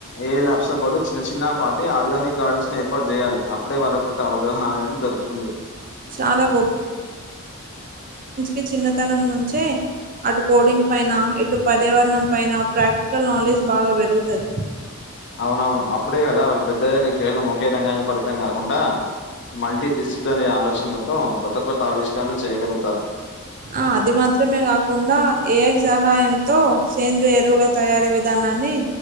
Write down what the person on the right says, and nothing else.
చాలా ఈ చిన్నతనం నుంచే అటు కోడింగ్ పైన ఇటు పర్యావరణం పైన ప్రాక్టికల్ నాలెడ్జ్ బాగా పెరుగుతుంది
ఆ అది మాత్రమే కాకుండా ఏఐ సహాయంతో సేంద్రీయ ఎరువుల తయారీ విధానాన్ని